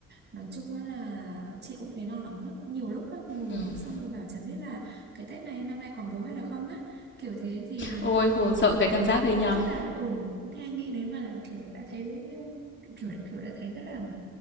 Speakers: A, on the right; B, on the left.
A: nói chung á là chị cũng thấy lo lắng lắm nhiều lúc á, ngồi nghĩ
B: ừm.
A: xong rồi bảo chẳng biết là cái Tết này năm nay còn bố hay là không á kiểu thế thì
B: Ôi, khổ sợ cái cảm giác đấy nhau
A: tức là ừ nghe nghĩ đến mà là kiểu đã thấy kiểu kiểu đã thấy rất là